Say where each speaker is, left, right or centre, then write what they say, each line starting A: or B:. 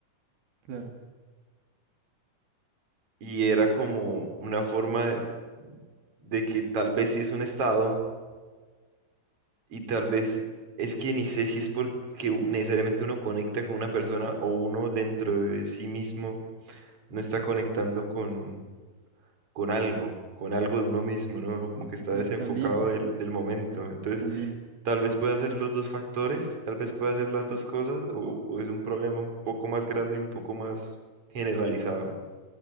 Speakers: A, on the right (about 75°); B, on the right (about 35°).
A: Claro,
B: y era como una forma de, de que tal vez sí es un estado y tal vez es que ni sé si es porque u- necesariamente uno conecta con una persona o uno dentro de sí mismo no está conectando con, con algo, con algo de uno mismo, ¿no? Como que está
A: exacto,
B: desenfocado
A: también.
B: del, del momento. Entonces,
A: También,
B: tal vez pueda ser los dos factores, tal vez pueda ser las dos cosas o, o es un problema un poco más grande y un poco más generalizado.